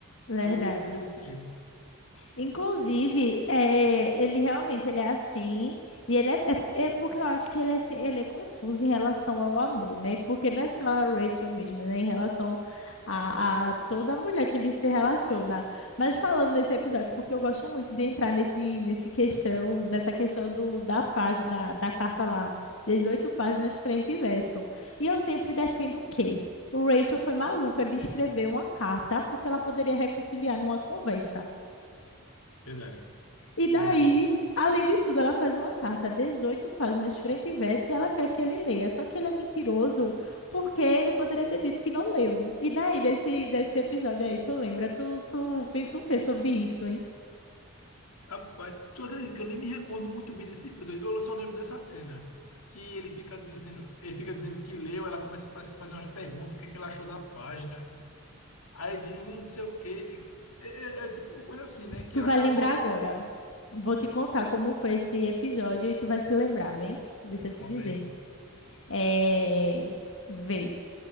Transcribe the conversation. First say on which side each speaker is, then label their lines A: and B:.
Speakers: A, on the left; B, on the left.
A: verdade.
B: Toda vez ele fica desse jeito.
A: Inclusive, é, ele realmente ele é assim, e ele é, é, é porque eu acho que ele é, assim- ele é confuso em relação ao amor, né? Porque não é só a Rachel mesmo, né? Em relação a, a toda mulher que ele se relaciona. Mas falando nesse episódio, porque eu gosto muito de entrar nesse, nesse questão, nessa questão do, da página, da carta lá, 18 páginas frente e verso. E eu sempre defendo o quê? Rachel foi maluca de escrever uma carta porque ela poderia reconciliar numa conversa.
B: Verdade.
A: E daí,
B: Verdade.
A: além de tudo, ela faz uma carta, 18 páginas, frente e verso, e ela quer que ele leia. Só que ele é mentiroso, porque ele poderia ter dito que não leu. E daí, desse, desse episódio aí, tu lembra? Tu, tu pensa o quê sobre isso, hein?
B: Rapaz, tu acredita que eu nem me recordo muito bem desse episódio? Eu só lembro dessa cena. Que ele fica dizendo, ele fica dizendo que leu, ela começa, parece que fazer umas perguntas, o que é que ela achou da página. Aí ele diz, "Hum, não sei o quê. É, é- é tipo uma coisa assim, né? Que
A: Tu
B: ela,
A: vai
B: ela
A: lembrar
B: coloca
A: agora.
B: um.
A: Vou te contar como foi esse episódio e tu vai se lembrar, vem? Deixa eu te
B: Conta
A: dizer.
B: aí.
A: É... Vê.